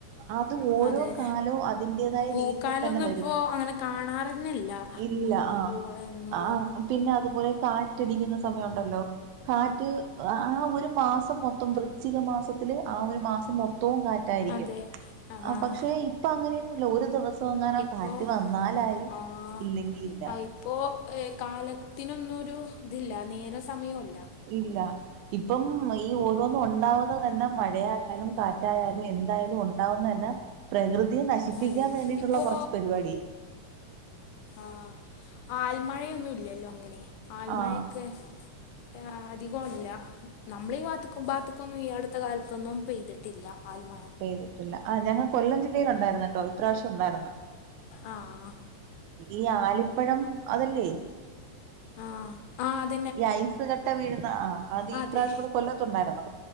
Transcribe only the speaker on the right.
അത് ഓരോ
കാലും അതിന്റതായ
രീതിയിൽ തന്നെ വരും
ഇല്ല ആഹ്
ആഹ് പിന്നെ അതുപോലെ കാറ്റടിക്കുന്ന സമയം ഉണ്ടല്ലോ കാറ്റ് ആഹ് ഒരു മാസം മൊത്തം വൃശ്ചിക മാസത്തില് ആഹ് ഒരു മാസം മൊത്തവും കാറ്റ് ട്ടായിരിക്കും
പക്ഷെ ഇപ്പ അങ്ങനെയൊന്നുല്ല ഒരു ദിവസം പോ എങ്ങാനോ
കാറ്റ് വന്നാലായി
ഇല്ലെങ്കിൽ ഇല്ല
ഇല്ല ഇപ്പം ഈ ഓരോന്നും ഉണ്ടാവുന്ന വുന്നത് തന്നെ മഴയായാലും കാറ്റായാലും എന്തായാലും ഉണ്ടാവുന്ന തന്നെ പ്രകൃതിയെ നശിപ്പിക്കാൻ
വേണ്ടിയിട്ടുള്ള
കുറച്ച് പരിപാടി
ആഹ്
ചെയ്തിട്ടില്ല ആ ഞങ്ങൾകൊല്ലം ജില്ലേൽ ഉണ്ടായിരുന്നേട്ടൊ ഇപ്രാവശ്യം ഉണ്ടാരുന്ന്
ഈ ആലിപ്പഴം അത് അല്ലേ
ഈ ഐസ് കട്ട വീഴ്ന്ന ആഹ് അത് ഈ
പ്രാവശ്യം ഇവടെ കൊല്ലത്ത് ഒണ്ടാര്ന്ന്